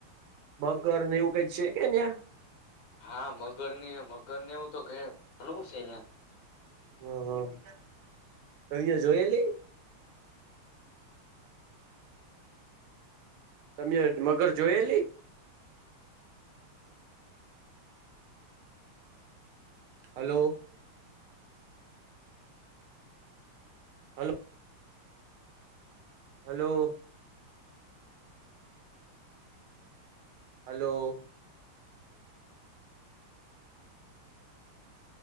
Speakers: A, on the right; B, on the left.
A: મગર ને એવું કાંઈ છે કે ન્યાં?
B: હા. મગર ને, મગર ને એવું તો ઘેર, ઘણું સે ન્યાં.
A: હા, હા. કંઈએ જોયેલી? તમેટ મગર જોયેલી? હલો. હલ હલો. હલો.